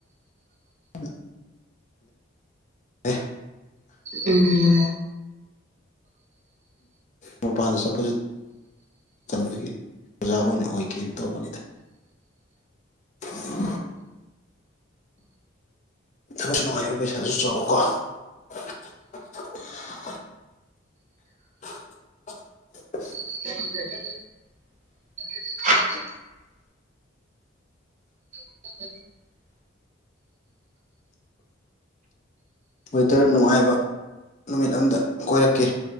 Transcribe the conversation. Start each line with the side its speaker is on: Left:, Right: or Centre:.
Left: ꯑꯗ ꯑꯦ
Right: ꯎꯝ
Left: ꯃꯄꯥꯟꯗ ꯆꯠꯄꯁꯨ ꯆꯟꯗꯣꯏꯒꯤ ꯑꯣꯖꯥ ꯑꯣꯏꯅ ꯑꯣꯏꯒꯦꯅ ꯇꯧꯕꯅꯤꯗ <unintelligible> ꯊꯕꯛꯁꯨ ꯅꯨꯡꯉꯥꯏꯕ ꯄꯩꯁꯥꯁꯨ ꯆꯥꯎꯕꯀꯣ <unintelligible>
Right: ꯎ <unintelligible> <unintelligible>
Left: ꯋꯦꯗꯔ ꯅꯨꯡꯉꯥꯏꯕ ꯅꯨꯃꯤꯠ ꯑꯝꯗ ꯀꯣꯏꯔꯛꯀꯦ